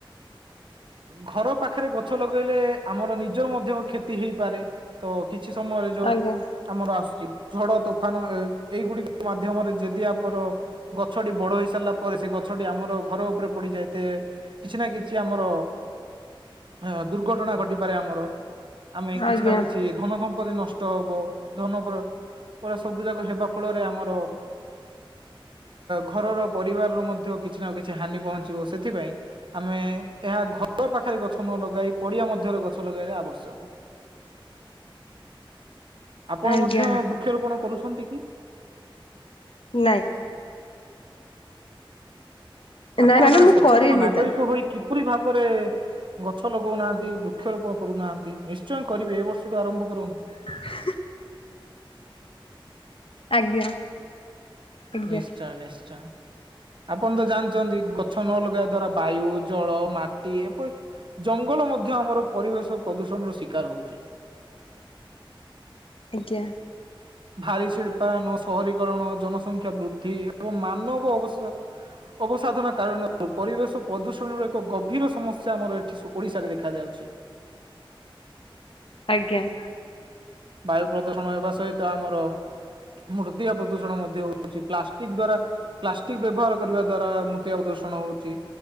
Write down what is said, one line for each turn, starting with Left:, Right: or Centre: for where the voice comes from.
Right: ଘର ପାଖରେ ଗଛ ଲଗାଇଲେ ଆମର ନିଜ ମଧ୍ୟ କ୍ଷତି ହେଇପାରେ ତ କିଛି ସମୟରେ ଯୋ
Left: ଆଜ୍ଞା
Right: ଆମର ଆସୁଛି ଝଡ ତୋଫାନ ଏଇଗୁଡିକ ମାଧ୍ୟମରେ ଯଦି ଆପର ଗଛଟି ବଡ ହେଇ ସାରିଲା ପରେ ସେ ଗଛଟି ଆମର ଘର ଉପରେ ପଡିଯାଏତେ କିଛି ନା କିଛି ଆମର ଅ ଦୁର୍ଘଟଣା ଘଟିପାରେ ଆମର ଆମେ କିଛି
Left: ଆଜ୍ଞା
Right: ନା କିଛି ଧନ ସମ୍ପତ୍ତି ନଷ୍ଟ ହବ ଧନ ଫଳ ସବୁ ଯାକ ହେବା ଫଳରେ ଆମର ଘରର ପରିବାରରୁ ମଧ୍ୟ କିଛି ନା କିଛି ହାନି ପହଞ୍ଚିବ ସେଥିପାଇଁ ଆମେ ଏହା ଘର ପାଖରେ ଗଛ ନ ଲଗାଇ ପଡିଆ ମଧ୍ୟରେ ଗଛ ଲଗେଇଲେ ଆବଶ୍ୟକ। ଆପଣ
Left: ଆଜ୍ଞା
Right: ମଧ୍ୟ ବୃକ୍ଷରୋପଣ କରୁଛନ୍ତି କି?
Left: ନାଇଁ
Right: ଆପଣ
Left: ନାଇଁ ମାନେ
Right: ଜଣେ
Left: ମୁଁ
Right: ସଚେତନ
Left: କରିନି
Right: ନାଗରିକ
Left: ତା
Right: ହୋଇ କି ପରି ଭାବରେ ଗଛ ଲଗଉନାହାନ୍ତି ବୃକ୍ଷରୋପଣ କରୁନାହାନ୍ତି ନିଶ୍ଚୟ କରିବେ ଏ ବର୍ଷ ଠୁ ଆରମ୍ଭ କରନ୍ତୁ।
Left: ହଁ <unintelligible> ଆଜ୍ଞା ଆଜ୍ଞା।
Right: ନିଶ୍ଚୟ ନିଶ୍ଚୟ ଆପଣ ତ ଜାଣିଛନ୍ତି ଗଛ ନ ଲଗେଇବା ଦ୍ଵାରା ବାୟୁ ଜଳ ମାଟି ଏପରି ଜଙ୍ଗଲ ମଧ୍ୟ ଆମର ପରିବେଶ ପ୍ରଦୂଷଣର ଶିକାର ହଉଛି।
Left: ଆଜ୍ଞ।
Right: ଭାଳି ଶିଳ୍ପାୟନ ସହରୀକରଣ ଜନସଂଖ୍ୟା ବୃଦ୍ଧି ଏବଂ ମାନବ ଅବ ଅବସାଧନ କାରଣରୁ ପରିବେଶ ପ୍ରଦୂଷଣର ଏକ ଗଭୀର ସମସ୍ୟା ଆମର ଏଠି ଓଡ଼ିଶାରେ ଦେଖାଯାଉଛି।
Left: ଆଜ୍ଞା।
Right: ବାୟୁ ପ୍ରଦୂଷଣ ହେବା ସହିତ ଆମର ମୃତିଆ ପ୍ରଦୂଷଣ ମଧ୍ୟ ହଉଛି ପ୍ଲାଷ୍ଟିକ ଦ୍ଵାରା ପ୍ଲାଷ୍ଟିକ ବ୍ୟବହାର କରିବା ଦ୍ଵାରା ମୃତ୍ତିକା ପ୍ରଦୂଷଣ ହଉଛି।